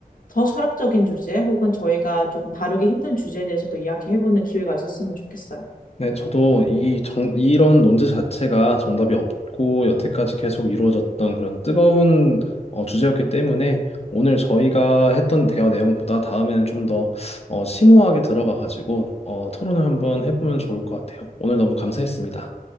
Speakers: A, on the left; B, on the left.
A: 더 철학적인 주제 혹은 저희가 조금 다루기 힘든 주제에 대해서도 이야기해보는 기회가 있었으면 좋겠어요.
B: 네, 저도 이 정, 이런 논제 자체가 정답이 없고 여태까지 계속 이루어졌던 그런 뜨거운 어, 주제였기 때문에 오늘 저희가 했던 대화 내용보다 다음에는 좀 더 어, 심오하게 들어가 가지고 어, 토론을 한번 해보면 좋을 것 같아요. 오늘 너무 감사했습니다.